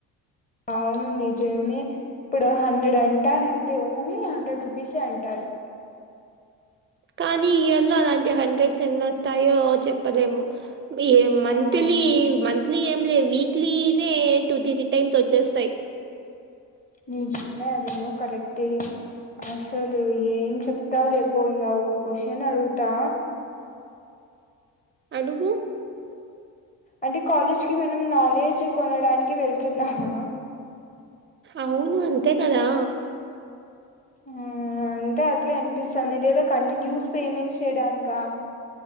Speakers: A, on the left; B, on the right.
A: అవును నిజమే ఇప్పుడు హండ్రెడ్ అంటా నంతే ఓన్లీ హండ్రెడ్ రూపీసే అంటారు
B: కానీ ఈయర్ లో అలాంటి హండ్రెడ్స్ ఎన్నోస్తాయో చెప్పలేము ఇగేమ్ మంత్లీ
A: అవును
B: మంత్లీ ఏం లేవ్ విక్లీనే టూ త్రీ టైమ్స్ వచ్చేస్తాయ్
A: నిజంగా అదేమో కరెక్టే అసలు ఏం చెప్తా లేపో ఇంకా ఒక క్వశ్చన్ అడుగుతా
B: అడుగు
A: అంటే కాలేజ్ కి మనం నాలెడ్జ్ కొనడానికి వెళ్తున్నామా
B: అవును అంతే కదా
A: అ అంటే అట్లే అనిపిస్తాంది లేదా కంటిన్యూస్ పేమెంట్స్ చేయడానికా